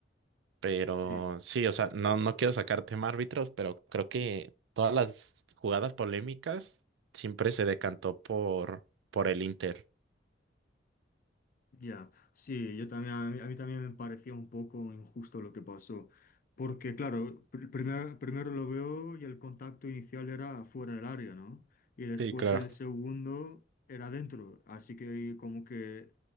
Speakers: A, on the right (about 75°); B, on the left (about 50°).
A: Pero
B: sí.
A: sí, o sea, no, no quiero sacar tema árbitros, pero creo que todas las jugadas polémicas siempre se decantó por, por el Inter.
B: Ya, sí, yo también, a mí, a mí también me parecía un poco injusto lo que pasó, porque claro, pr- primero, primero lo veo y el contacto inicial era fuera del área, ¿no? Y después
A: Sí, claro.
B: el segundo era dentro, así que como que